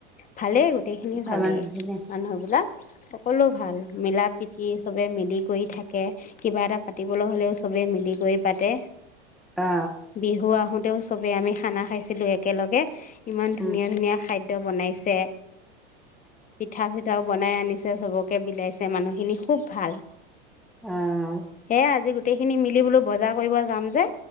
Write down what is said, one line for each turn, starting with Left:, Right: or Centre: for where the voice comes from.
Left: ভালেই গোটেইখিনি
Centre: ওচৰৰ
Left: ভালেই,
Centre: মানুহখিনি
Left: মানুহবিলাক সকলো ভাল মিলা প্ৰীতি সৱে মিলি কৰি থাকে। কিবা এটা পাতিবলৈ হলে চবে মিলি কৰি পাতে।
Centre: অ
Left: বিহু আহোঁ তেওঁ চবে আমি খানা খাইছিলোঁ একেলগে ইমান ধুনীয়া
Centre: উম
Left: ধুনীয়া খাইড বনাইছে পিঠা চিঠাও বনাই আনিছ সে সৱকৈ বিলাইছে মানে মানুহখিনি খুব ভাল।
Centre: অ অ
Left: এ আজি গোট গুটিখিনি মিলি বলো বজাৰ কৰিব যম যে তে